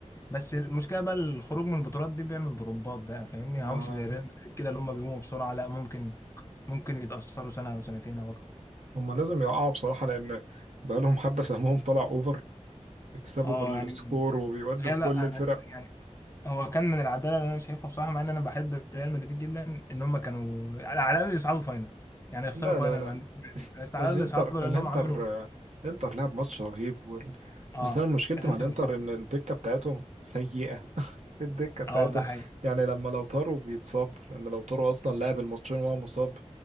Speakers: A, on the left; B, on the right.
A: بس المشكلة بقى الخروج من البطولات دي بيعمل ضربات بقى فاهمني
B: ما
A: يعني همش زي ريال مدريد كده اللي هم بيقوموا بسرعة لا ممكن ممكن يتأثروا سنة او سنتين او اكتر
B: هم لازم يقعوا بصراحة لأن بقالهم حبة سهمهم طلع أوفر بيكسبوا
A: اه
B: بالسكور
A: يعني
B: وبيودوا
A: هي
B: في
A: لا
B: كل الفرق
A: أنا- يعني هو كان من العدالة اللي انا شايفها بصراحة مع ان انا بحب ريال مدريد جدا ان هم كانوا على على الاقل يصعدوا فاينل يعني يخسروا
B: لا
A: فاينل
B: لا لا
A: ما عنديش مانع بس على
B: الإنتر
A: الاقل يصعدوا
B: الإنتر
A: لانهم عملوا
B: آه، الإنتر لعب ماتش رهيب وال...
A: اه
B: بس أنا مشكلتي
A: الانتر
B: مع الإنتر
A: صح
B: إن الدكة بتاعتهم سيئة <laughs> الدكة بتاعتهم
A: اه ده حقيقي
B: يعني لما لو طاروا بيتصاب لأن لو طاروا أصلا لعب الماتشين وهو مصاب